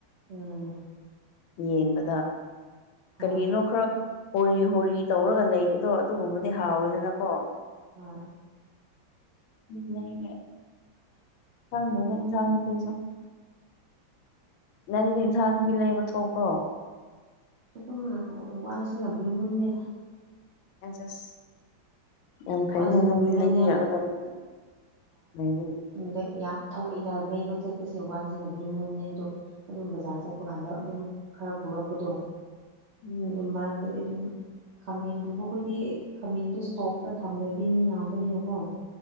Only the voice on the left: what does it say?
ꯌꯦꯡꯕꯗ
ꯀꯔꯤꯅꯣ ꯈꯔ ꯍꯣꯔꯤ ꯍꯣꯔꯤ ꯇꯧꯔꯒ ꯂꯩꯕ ꯑꯗꯣ ꯑꯗꯨꯒꯨꯝꯕꯗꯤ ꯍꯥꯎꯋꯦꯗꯅꯀꯣ
ꯎꯝ ꯊꯪꯗ‌ꯦꯅꯦ ꯏꯟꯖꯥꯡ ꯅꯥꯄꯤꯁꯨ ꯅꯪꯗꯤ ꯏꯟꯁꯥꯡ ꯅꯥꯄꯤ ꯂꯩꯕ ꯊꯣꯛꯄ꯭ꯔꯣ
ꯑꯁ ꯑꯁ ꯌꯥꯝ ꯐꯩꯅ
ꯅꯪꯗꯤ
ꯂꯩꯕꯤꯔꯛꯒꯗꯕ
ꯂꯩꯕꯒꯤ
ꯎꯝ